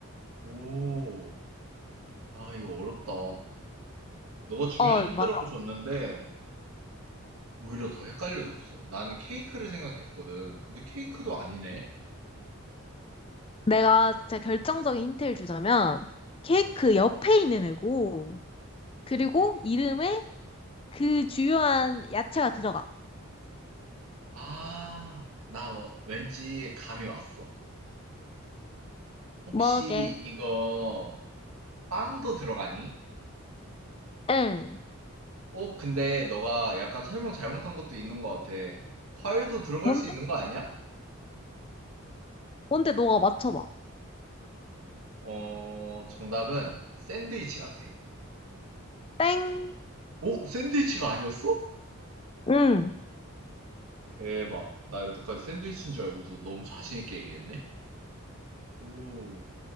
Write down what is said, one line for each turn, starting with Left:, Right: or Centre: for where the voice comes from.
Right: 오, 아, 이거 어렵다. 너가 중요한
Left: 어,
Right: 힌트라고
Left: 맞아.
Right: 줬는데 오히려 더 헷갈려졌어. 나는 케이크를 생각했거든. 근데 케이크도 아니네.
Left: 내가 진짜 결정적인 힌트를 주자면, 케이크 옆에 있는 애고, 그리고 이름에 그 주요한 야채가 들어가.
Right: 아, 나 워- 왠지 감이 왔어. 혹시
Left: 뭐게?
Right: 이거 빵도 들어가니?
Left: 응.
Right: 어, 근데 너가 약간 설명 잘못한 것도 있는 것 같아. 과일도 들어갈
Left: 뭔데?
Right: 수 있는 거 아니야?
Left: 뭔데 너가 맞춰봐.
Right: 어, 정답은 샌드위치 같아.
Left: 땡.
Right: 오, 샌드위치가 아니었어?
Left: 응.
Right: 대박. 나 여태까지 샌드위치인 줄 알고서 너무 자신 있게 얘기했네. 오,